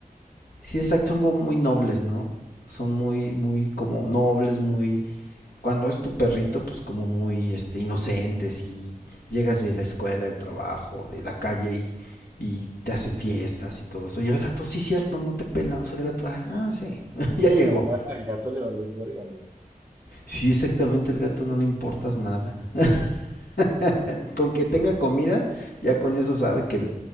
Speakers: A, on the left; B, on the right.
A: sí, exacto, son como muy nobles, ¿no? Son muy, muy como nobles, muy cuando es tu perrito, pues como muy este inocente, si llegas de la escuela, del trabajo, de la calle y, y te hacen fiestas y todo eso. Y el gato, sí, cierto, no te pela. O sea, el gato, ah, sí, <laughs>
B: Sí,
A: ya
B: a-
A: llegó.
B: al, ga- al gato le vales verga, güey.
A: Sí, exactamente, el gato no le importas nada. <laughs> con que tenga comida, ya con eso sabe que,